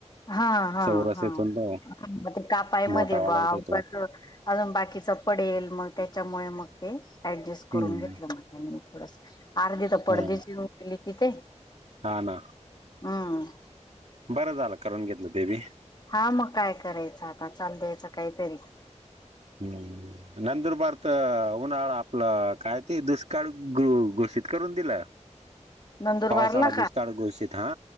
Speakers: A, on the left; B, on the right.
A: हा हा
B: चौरस
A: हा
B: येतो
A: मग
B: ना तो
A: ते कापायमध्ये
B: मोठावाला
A: वावच
B: येतो तो
A: अजून बाकीच पडेल मग त्याच्यामुळे मग ते ऍडजस्ट करून
B: हम्म
A: घेतलं मग थोडस अर्धी तर पडदीच
B: हा
A: येऊन केली तिथे
B: हा ना
A: हम्
B: बरं झालं करून घेतलं देवी
A: हा मग काय करायचं आता चाल द्यायचं काहीतरी
B: हम नंतरबार तर उन्हाळा आपलं काय ते दुष्काळ घोषित करून दिलं
A: नंदुरबारला
B: पावसाळा
A: का
B: दुष्काळ गोषित हा